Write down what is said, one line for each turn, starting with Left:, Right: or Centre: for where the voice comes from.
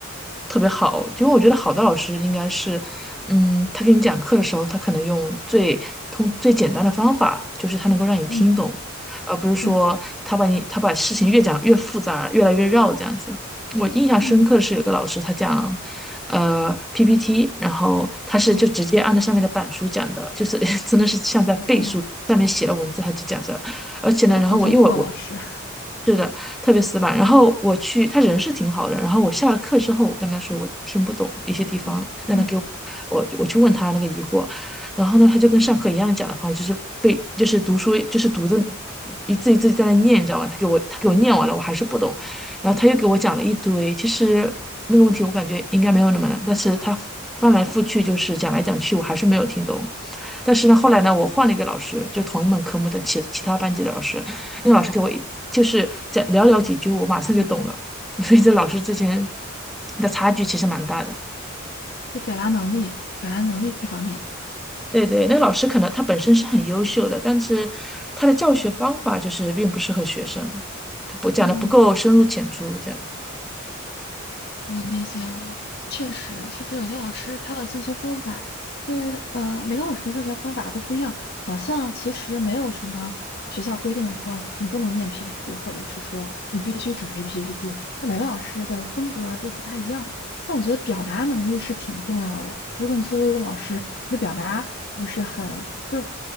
Centre: 特别好，
Left: 嗯
Centre: 因为我觉得好的老师应该是，嗯，他给你讲课的时候，他可能用最通最简单的方法，就是他能够让你听懂，
Left: 嗯，
Centre: 而不是说他把你他把事情越讲越复杂，
Left: 对，
Centre: 越来越绕这样子。我印象深刻的是有一个老师他讲。
Left: 嗯
Centre: 呃，PPT，然后他是就直接按照上面的板书讲的，
Left: 嗯，
Centre: 就是 <laughs> 真的是像在背书，
Left: 哦，
Centre: 上面写了文字他就讲着。而且呢，
Left: 那好像中国老师，
Centre: 然后我因为我我是的特别死板，
Left: <laughs>
Centre: 然后我去他人是挺好的，
Left: 嗯
Centre: 然后我下了课之后，我跟他说我听不懂一些地方，
Left: 嗯嗯
Centre: 让他给我我我去问他那个疑惑，然后呢，他就跟上课一样的讲的方式，
Left: 嗯
Centre: 就是背就是读书就是读的一字一字在那念，你知道吗？他给我他给我念完了，我还是不懂，然后他又给我讲了一堆，其实那个问题我感觉应该没有那么难，但是他翻来覆去就是讲来讲去，我还是没有听懂。但是呢，
Left: 嗯，
Centre: 后来呢，我换了一个老师，就同一门科目的其其他班级的老师，那个老师给我一就是讲寥寥几句，我马上就懂了。<laughs> 所以这老师之前的差距其实蛮大的。
Left: 就表达能力，表达能力方面，
Centre: 对对，那个老师可能他本身是很优秀的，
Left: 嗯
Centre: 但是他的教学方法就是并不适合学生，他不讲的不够深入浅出，
Left: 嗯。
Centre: 这样。
Left: 我理解了，确实，确实有些老师他的教学方法，就是呃，每个老师的教学方法都不一样，好像其实没有什么学校规定说你不能念 PPT，或者是说你必须准备 PPT，那每个老师的风格都不太一样。但我觉得表达能力是挺重要的，如果你作为一个老师，你的表达不是很，就是。